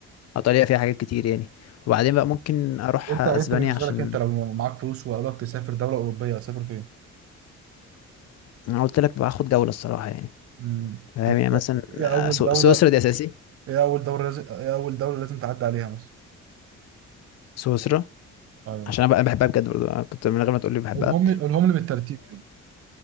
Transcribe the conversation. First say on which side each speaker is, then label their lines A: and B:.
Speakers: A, on the left (about 60°); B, on the right (about 50°).
A: ايطاليا فيها حاجات كتير يعني وبعدين بقى ممكن اروح
B: وانت
A: اسبانيا
B: انت بالنسبة
A: عشان
B: لك انت لو معاك فلوس وقالك تسافر دولة أوروبية هتسافر فين؟
A: انا قلت لك باخد جولة الصراحة يعني
B: امم
A: فاهم
B: طب
A: يعني مثلا
B: ايه
A: آه،
B: أول
A: سو-
B: دولة
A: سويسرا دي اساسي
B: ايه أول دولة لازم ايه أول دولة لازم تعدي عليها مثلا؟
A: سويسرا
B: ايوه
A: عشان انا بقى بحبها بجد برضه أنا كنت من غير ما تقول لي بحبها
B: قولهم لي قولهم لي بالترتيب كده